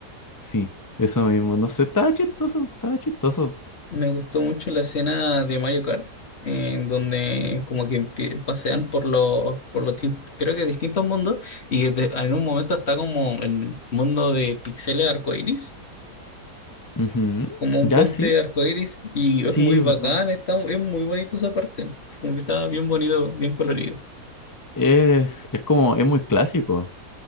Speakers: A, on the left; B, on the left.
A: sí, eso mismo. No sé, estaba chistoso, estaba chistoso.
B: Me gustó mucho la escena de Mario Kart, en donde como que empie- pasean por los, por los, tin- creo que distintos mundos, y de- en un momento está como el mundo de pixeles arcoíris,
A: Ujú.
B: como un
A: Ya
B: puente
A: sí,
B: arcoíris, y
A: sí,
B: es muy
A: es
B: bacán,
A: verdad.
B: está, es muy bonito esa parte, como que está bien bonito, bien colorido.
A: Es, es como, es muy clásico,